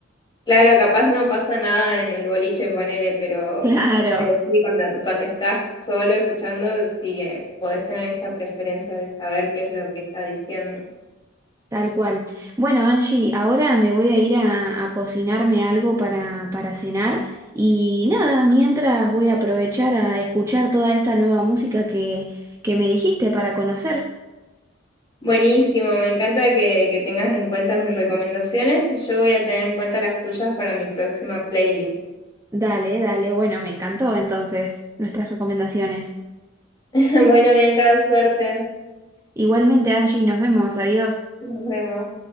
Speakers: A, on the left; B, on the right.
A: Claro, capaz no pasa nada en el boliche, ponele, pero,
B: <laughs> Claro.
A: pero sí, cuando, cuando estás solo escuchando, sí, eh, podés tener esa preferencia de saber qué es lo que está diciendo.
B: Tal cual. Bueno, Angie, ahora me voy a ir a, a cocinarme algo para, para cenar y nada, mientras voy a aprovechar a escuchar toda esta nueva música que, que me dijiste para conocer.
A: Buenísimo, me encanta que, que tengas en cuenta mis recomendaciones y yo voy a tener en cuenta las tuyas para mi próxima playlist.
B: Dale, dale, bueno, me encantó entonces nuestras recomendaciones.
A: <laughs> Bueno, Bianca, suerte.
B: Igualmente, Angie, nos vemos, adiós.
A: Nos vemos.